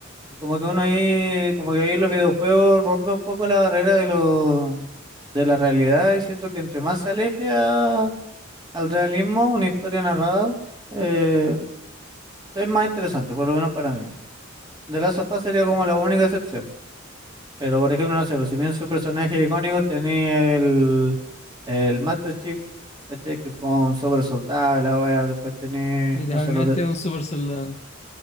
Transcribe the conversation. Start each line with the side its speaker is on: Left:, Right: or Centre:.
Right: Como
Left: Ya,
Right: que uno ahí, como que ahí los videojuegos rompe un poco la barrera de lo, de la realidad y siento que entre más se aleje a Al realismo, una historia narrada eh, es más interesante, por lo menos para mí. The Last of Us sería como
Left: ok.
Right: la única excepción. Pero, por ejemplo, no sé,
Left: Ya,
Right: pues,
Left: es
Right: si bien
Left: de
Right: su
Left: hecho.
Right: personaje icónico tenía el, el Master Chief, ¿cachai? Que con super soldado, la wea, después tenía,
Left: Literalmente
Right: no sé, los de,
Left: es un super soldado.